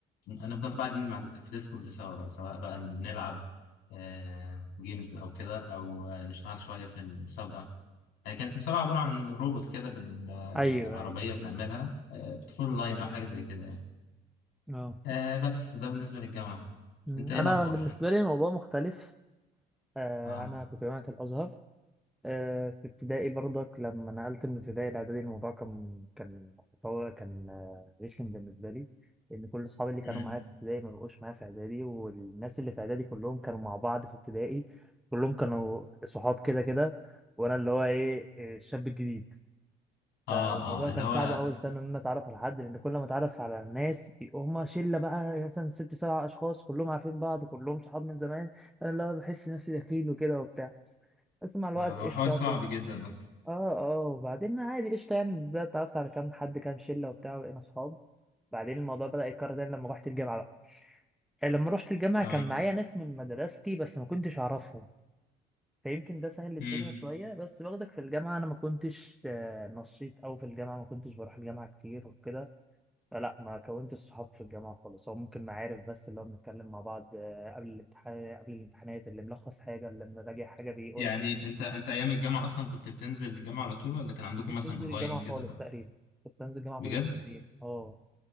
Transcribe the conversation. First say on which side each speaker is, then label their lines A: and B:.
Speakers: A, on the left; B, in the centre.
A: نفضل قاعدين مع في ديسكورد سوا بقى سواء بقى نلعب آه جيمز أو كده أو آه نشتغل شوية في المسابقة آه، كانت مسابقة عبارة عن روبوت كده بالعربية
B: أيوه أيوه
A: بنعملها آه، بتفول
B: مم.
A: لاين أو حاجة زي كده يعني
B: آه
A: آه بس ده بالنسبة للجامعة
B: مم.
A: انت ايه
B: أنا
A: الأخبار؟
B: بالنسبة لي الموضوع مختلف آه
A: اه
B: أنا كنت جامعة الأزهر آه، في ابتدائي برضك لما نقلت من ابتدائي لاعدادي الموضوع كان كان متطور- كان آه، رخم بالنسبه لي لان كل اصحابي اللي كانوا
A: امم
B: معايا في ابتدائي ما بقوش معايا في اعدادي والناس اللي في اعدادي كلهم كانوا مع بعض في ابتدائي كلهم كانوا صحاب كده كده وانا اللي هو ايه آه، الشاب الجديد
A: اه
B: فالموضوع
A: اه اللي
B: كان
A: هو
B: صعب اول سنه ان انا اتعرف على حد لان كل ما اتعرف على ناس هم شله بقى مثلا ست سبع اشخاص كلهم عارفين بعض كلهم صحاب من زمان انا اللي هو بحس نفسي دخيل وكده وبتاع بس مع الوقت
A: آه
B: قشطه
A: هو حوار صعب
B: اه
A: جدا أصلا
B: اه وبعدين عادي قشطة يعني بدأت اتعرفت على كام حد كام شلة وبتاع وبقينا صحاب بعدين الموضوع بدأ يتكرر تاني لما روحت الجامعة بقى يعني لما روحت الجامعة
A: اه
B: كان معايا ناس من مدرستي بس ما كنتش أعرفهم فيمكن ده سهل الدنيا
A: امم
B: شوية بس برضك في الجامعة أنا ما كنتش آه، نشيط أوي في الجامعة ما كنتش بروح الجامعة كتير وكده فلا ما كونتش صحاب في الجامعة خالص هو ممكن معارف بس اللي هو بنتكلم مع بعض آه، قبل الامتحان قبل الامتحانات اللي ملخص حاجة اللي مراجع حاجة بيقولها
A: يعني
B: ما
A: انت انت أيام الجامعة أصلا كنت بتنزل الجامعة على طول ولا كان عندكم
B: كنتش
A: مثلا
B: بنزل
A: أونلاين
B: الجامعة
A: وكده
B: خالص
A: بقى؟
B: تقريبا كنت بنزل الجامعة
A: بجد؟
B: كل فين وفين. اه